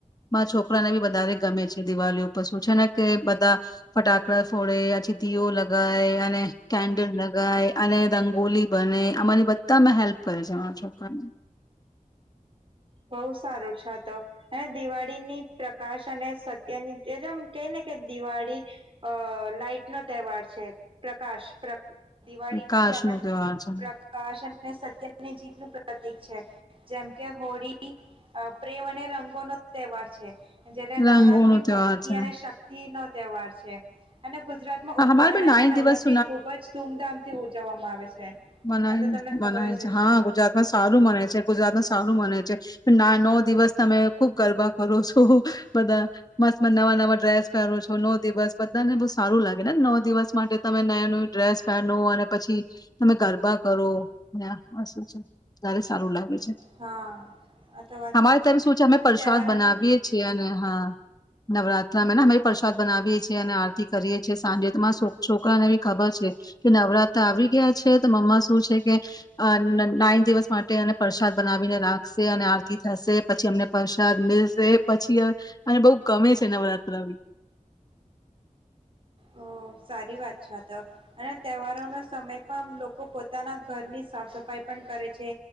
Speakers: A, on the left (about 30°); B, on the right (about 40°).
A: મારા છોકરાને બી વધારે ગમે છે દિવાળી ઉપર શું છે ને કે બધા ફટાકડા ફોડે આછી દીઓ લગાય અને કેન્ડલ લગ લગાય અને રંગોલી બને આમા બધા હેલ્પ કરે છે મારા છોકરા.
B: બહુ સારું છે તો અને દિવાળીની પ્રકાશ અને સત્યની એકદમ કે ને કે દિવાળી અ નાઈટ નો તહેવાર છે પ્રકાશ પ્ર દિવાળીથી
A: કાશ
B: આપણને
A: નો તહેવાર છે
B: પ્રકાશ અને સત્યને જીત <unintelligible> પ્રતિક છે જેમ કે હોળી ળી આ પ્રેમ અને રંગો નો તહેવાર છે. જયારે
A: રંગો
B: નવરાત્રી
A: નો તહેવાર
B: ભક્તિ
A: છે
B: અને શક્તિ નો તહેવાર છે. ગુજરાતમાં
A: હા,
B: ઉત્તરાયણ
A: હમારે ભી નાઇન
B: અને નવરાત્રી
A: દિવસ
B: ખુબ જ ધૂમધામથી ઉજવવામાં આવે છે.
A: મનન
B: આ તો તમને ખબર
A: મનાય
B: જ
A: છે
B: હશે
A: હા ગુજરાતમાં સારું મને છે ગુજરાતમાં સારું મને છે. ના નવ દિવસ તમે ખુબ ગરબા કરો છો. બધા મસ્ત મ નવા નવા ડ્રેસ પહેરો છો. નો દિવસ બધાને બહ સારું લાગે ને નવ દિવસ માટે તમે નય નયું ડ્રેસ પહેનો ને પછી તમે ગરબા કરો સું છે વધારે સારું લાગે છે.
B: હા આ તો વાત
A: અમારે
B: તમે
A: ત્યારે
B: સાચી
A: શું છે અમે
B: અને
A: પ્રસાદ
B: તહેવારોના
A: બનાવીએ છીએ અને હા નવરા અમેને અમે પ્રસાદ બનાવીએ છીએ અને આરતી કરીએ છીએ સાંજે તમારા છોક છોકરાને બી ખબર છે કે નવરાત્ર આવી ગયા છે તો મમ્મા શું છે કે અ નાઈન દિવસ માટે એ પ્રસાદ બનાવીને રાખશે અને આરતી થશે, પછી અમને પ્રસાદ મેલશે, પછી અને બહ ગમે છે નવરાત્રવી
B: અ સારી વાત છે તો અને તહેવારોનો સમય પણ લોકો પોતાના ઘરની સાફ સફાઈ પણ કરે છે